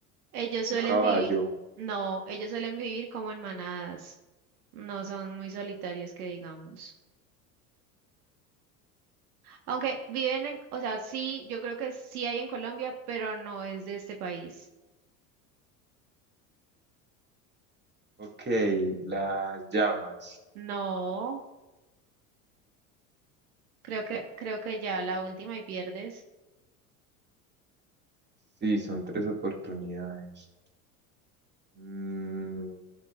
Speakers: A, on the right; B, on the right.
A: ellos suelen
B: un caballo.
A: vivir... No, ellos suelen vivir como en manadas. No son muy solitarios que digamos. Aunque viven en... O sea, sí, yo creo que sí hay en Colombia, pero no es de este país.
B: Ok, las llamas.
A: No, creo que, creo que ya
B: Eh,
A: la última y pierdes.
B: Sí, son tres oportunidades. Mm,